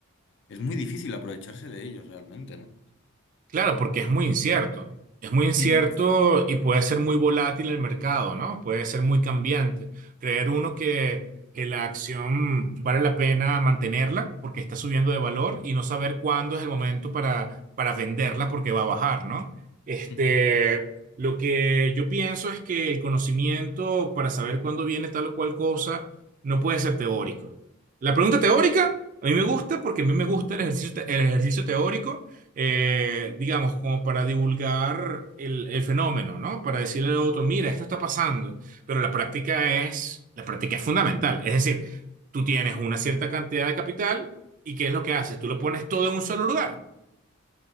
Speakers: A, on the left; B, on the right.
A: es muy difícil aprovecharse de ellos realmente, ¿no?
B: Claro, porque es muy incierto. Es muy incierto
A: Ujú,
B: y puede ser muy volátil el mercado, ¿no? Puede ser muy cambiante. Creer uno que, que la acción vale la pena mantenerla porque está subiendo de valor y no saber cuándo es el momento para, para venderla porque va a bajar, ¿no? Este,
A: ujú.
B: lo que yo pienso es que el conocimiento para saber cuándo viene tal o cual cosa no puede ser teórico. La pregunta teórica a mí me gusta porque a mí me gusta el ejercicio, te- el ejercicio teórico eh, digamos, como para divulgar el, el fenómeno, ¿no? Para decirle al otro, mira, esto está pasando, pero la práctica es, la práctica es fundamental. Es decir, tú tienes una cierta cantidad de capital y ¿qué es lo que haces? Tú lo pones todo en un solo lugar.